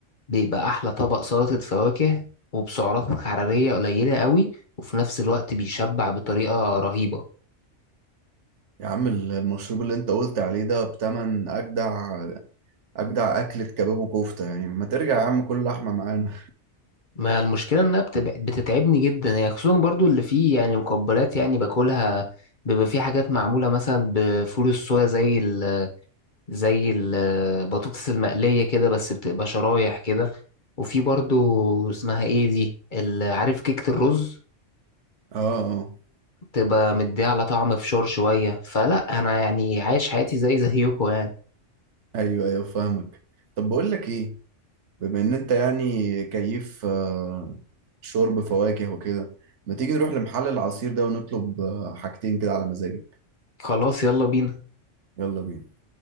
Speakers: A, on the left (about 40°); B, on the right (about 70°).
A: بيبقى احلى طبق سلطة فواكه وبسعرات حرارية قليلة قوي وفي نفس الوقت بيشبع بطريقة رهيبة
B: يا عم ال- المشروب اللي انت قلت عليه ده بتمن اجدع اجدع اكلة كباب وكفتة يعني ما ترجع يا عم كل لحمة معانا
A: ما المشكلة إنها بتبع- بتتعبني جدا هي خصوصا برضو اللي فيه يعني مقبلات يعني باكلها بيبقى فيه حاجات معمولة مثلا بفول الصويا زي ال زي البطاطس المقلية كده بس بتبقى شرايح كده وفي برضو اسمها ايه دي ال- عارف كيكة الرز
B: اه اه
A: بتبقى مديه على طعم فشار شوية فلا أنا يعني عايش حياتي زي زيكم يعني
B: ايوه ايوه فاهمك طب بقول لك ايه بما ان انت يعني كيف آه، شرب فواكه وكده ما تيجي نروح لمحل العصير ده ونطلب آه، حاجتين كده على مزاجك
A: خلاص يلا بينا
B: يلا بينا